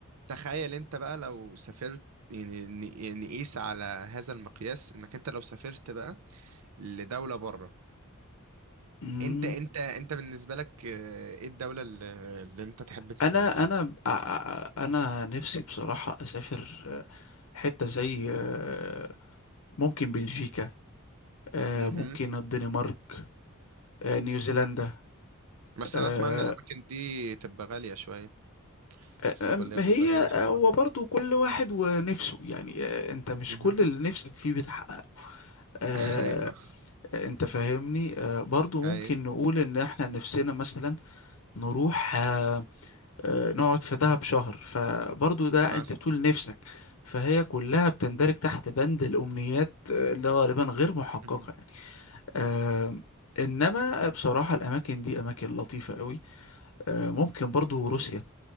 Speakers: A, on the right; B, on the left.
A: تخيل أنت بقى لو سافرت يعني ن- نقيس على هذا المقياس إنك أنت لو سافرت بقى لدولة بره
B: مم.
A: انت انت انت بالنسبه لك آه، ايه الدوله اللي, اللي انت تحب تسافر
B: انا
A: لها
B: انا ب- ع- ع- انا نفسي بصراحة اسافر آه، حتة زي آه، ممكن بلجيكا آه،
A: امم
B: ممكن الدنمارك آه، نيوزيلندا
A: بس
B: آه،
A: انا اسمع ان الاماكن دي تبقى غاليه شويه
B: آه،
A: السفر
B: آم،
A: اللي هي
B: هي
A: بيبقى غالي حبه
B: آه، هو برضو كل واحد ونفسه يعني آه، انت مش
A: امم
B: كل اللي نفسك فيه بتحققه آه،
A: <laughs> ايوه
B: انت فاهمني آه، برضو ممكن
A: ايوه
B: نقول ان احنا نفسنا مثلا نروح آه، آه، نقعد في دهب شهر فبرضو ده
A: مثلا
B: انت بتقول نفسك فهي كلها بتندرج تحت بند الأمنيات آه، اللي غالبا غير محققة
A: مهم.
B: يعني آه، إنما بصراحة الأماكن دي أماكن لطيفة قوي آه، ممكن برضو روسيا